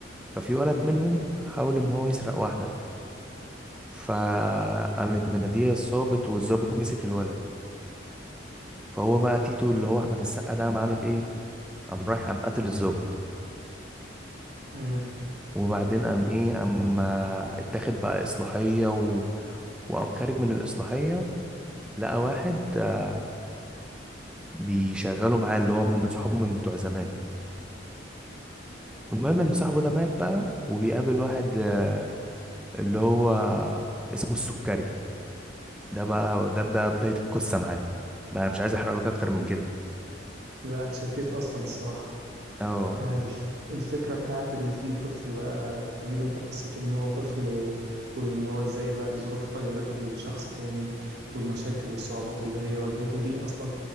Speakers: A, in the centre; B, on the right.
A: ففي ولد منهم حاول ان هو يسرق واحده فقامت مناديه الضابط والضابط مسك الولد فهو بقى تيتو اللي هو احمد السقا ده قام عامل ايه قام رايح قام قتل الضابط
B: مم.
A: وبعدين قام ايه قام آه، اتاخد بقى اصلاحيه و... وقام خارج من الاصلاحيه لقى واحد آه، بيشغله معاه اللي هو من صحابه من بتوع زمان المهم ان صاحبه ده مات بقى وبيقابل واحد آه، اللي هو اسمه السكري ده بقى ده بقى بدايه القصه معاه ما مش عايز احرق لك اكتر من كده
B: لا اتشديت أصلا الصراحة
A: اه
B: آه، الف- الفكرة بتاعت إن في طفل بقى تجيب أنت قصته من هو طفل و... وإن هو إزاي بقى الظروف غيرته لشخص تاني والمشاكل والصعوبات اللي هي واجهته دي أصلا